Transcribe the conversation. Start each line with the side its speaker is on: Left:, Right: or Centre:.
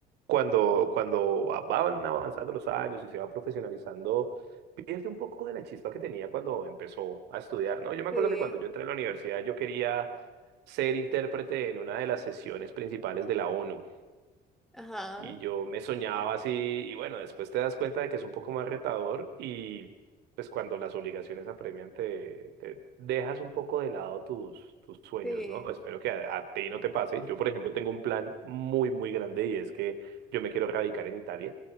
Right: cuando, cuando van avanzando los años y se va profesionalizando, pierde un poco de la chispa que tenía cuando empezó a estudiar, ¿no? Yo me
Centre: Sí,
Right: acuerdo que cuando yo entré a la universidad yo quería ser intérprete en una de las sesiones principales de la ONU.
Centre: ajá,
Right: Y yo me soñaba así, y bueno, después te das cuenta de que es un poco más retador y pues cuando las obligaciones apremian te, te dejas un poco de lado tus, tus sueños,
Centre: sí,
Right: ¿no? Espero que a, a ti no te pase. Yo, por ejemplo, tengo un plan muy, muy grande y es que yo me quiero radicar en Italia.